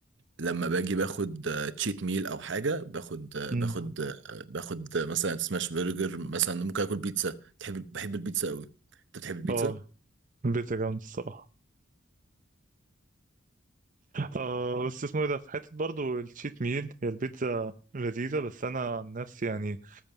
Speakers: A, on the right; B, on the right.
A: لما باجي باخد تشيت ميل او حاجه باخد آه،
B: مم.
A: باخد آه، باخد آه، مثلا سماش برجر مثلا ممكن اكل بيتزا تحب بحب البيتزا قوي انت بتحب البيتزا
B: اه البيتزا جامدة الصراحة آه بس اسمه ايه ده في حتة برضو الشيت ميل هي البيتزا لذيذة بس أنا عن نفسي يعني